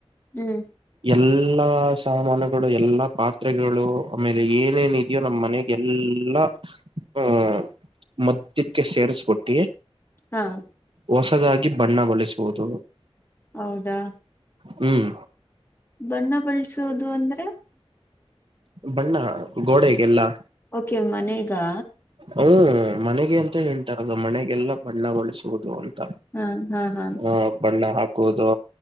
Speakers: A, on the left; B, on the right.
A: ಹ್ಮ್.
B: ಎಲ್ಲಾ ಸಾಮಾನುಗಳು ಎಲ್ಲಾ ಪಾತ್ರೆಗಳು ಆಮೇಲೆ ಏನೇನ್ ಇದೆಯೋ ನಮ್ಮ್ ಮನೆ ಎಲ್ಲ ಆ ಮದ್ಯಕ್ಕೆ ಸೇರಿಸಬಿಟ್ಟಿ.
A: ಹಾ.
B: ಹೊಸದಾಗಿ ಬಣ್ಣ ಬಳಿಸುವುದು.
A: ಹೌದಾ.
B: ಹ್ಮ್.
A: ಬಣ್ಣ ಬಳಸೋದು ಅಂದ್ರೆ.
B: ಬಣ್ಣ ಗೋಡೆಗೆಲ್ಲ.
A: ಓಕೆ ಮನೆಗಾ.
B: ಹ ಮನೆಗೆ ಅಂತ ಹೇಳ್ತಾರದು ಮನೆಗೆಲ್ಲ ಬಣ್ಣ ಬಳಸುದು ಅಂತ.
A: ಹ ಹಾ ಹಾ.
B: ಹ ಬಣ್ಣ ಹಾಕುವುದು.